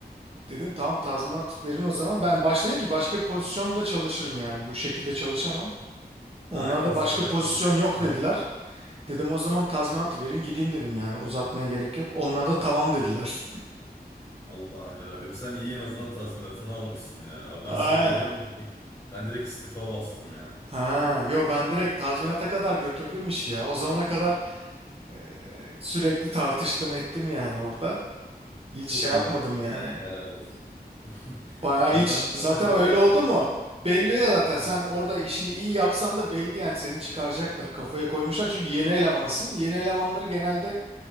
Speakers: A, on the right; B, on the left.
A: dedim tamam tazminat verin o zaman. Ben başladım ki başka bir pozisyonda çalışırım yani bu şekilde çalışamam. Onlar
B: Aynen
A: da
B: sen
A: başka
B: bırakmamışsın.
A: pozisyon yok
B: Ha.
A: dediler. Dedim o zaman tazminat verin gideyim dedim yani uzatmaya gerek yok. Onlar da tamam dediler.
B: Allah'ım yarabbim. Sen iyi en azından tazminatını almışsın ya. Abi
A: Aynen.
B: ben sabredemedim. Direkt- Ben direkt istifa bastım ya.
A: Ha, yo ben direkt tazminata kadar götürdüm işi ya. O zamana kadar e, sürekli tartıştım ettim yani orada. Hiç
B: Çok
A: şey yapmadım
B: iyi yapmışım
A: yani.
B: ya. Helal olsun. <laughs>
A: Bayağı
B: Ben
A: hiç.
B: ben
A: Zaten
B: Edemedim.
A: öyle oldu mu? Belli ya zaten sen
B: ha.
A: orada işini iyi yapsan da belli yani seni çıkaracaklar. Kafaya koymuşlar çünkü yeni elemansın. Yeni elemanları genelde